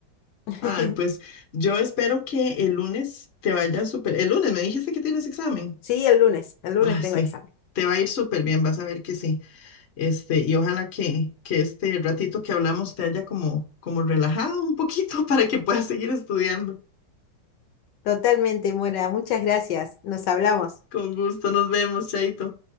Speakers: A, on the left (about 75°); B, on the left (about 45°).
A: <laughs>
B: Ah, pues yo espero que el lunes te vaya súper. El lunes me dijiste que tienes examen.
A: Sí, el lunes, el lunes
B: Ah,
A: tengo
B: sí,
A: examen.
B: te va a ir súper bien, vas a ver que sí. Este, y ojalá que, que este ratito que hablamos te haya como, como relajado un poquito <laughs> para que puedas seguir estudiando.
A: Totalmente, Mora. Muchas gracias. Nos hablamos.
B: Con gusto, nos vemos, Chaito.